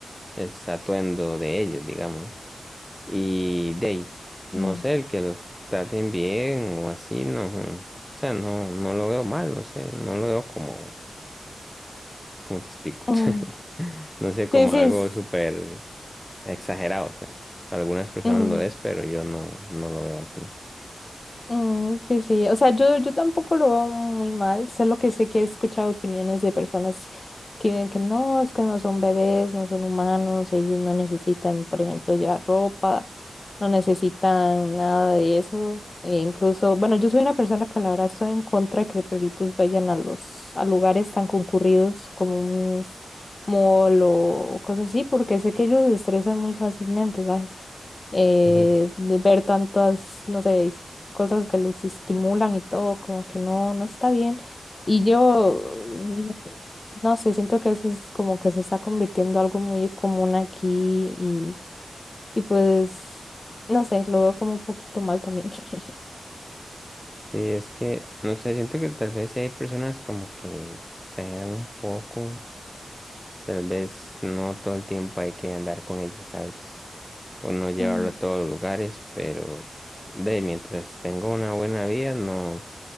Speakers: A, in the centre; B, on the left.
A: es atuendo de ellos, digamos. Y de ahí, no
B: mm,
A: sé, el que los traten bien o así, no. mm, O sea, no, no lo veo mal, no sé, no lo veo como, como te explico.
B: mm.
A: <laughs> No sé, como
B: Sí, sí.
A: algo
B: es-
A: súper exagerado, o sea, para algunas personas
B: mm.
A: lo es, pero yo no, no lo veo así.
B: Mm, que sí, o sea, yo, yo tampoco lo veo muy mal, solo que sé que he escuchado opiniones de personas que dicen que no, es que no son bebés, no son humanos, ellos no necesitan, por ejemplo, llevar ropa, no necesitan nada de eso. E incluso, bueno, yo soy una persona que la verdad estoy en contra de que los perritos vayan a los, a lugares tan concurridos como un mall o cosas así, porque sé que ellos se estresan muy fácilmente, ¿sabes? eh,
A: Ujú.
B: de ver tantas, no sé, es- cosas que los estimulan y todo, como que no, no está bien. Y yo, mm, no sé, siento que eso es como que se está convirtiendo algo muy común aquí y, y pues, no sé, lo veo como un poquito mal también. <laughs>
A: Sí, es que, no sé, siento que tal vez hay personas como que exageran un poco, tal vez no todo el tiempo hay que andar con ellos, ¿sabes? o no llevarlo
B: Mm,
A: a todos los lugares, pero de mientras tengo una buena vida, no,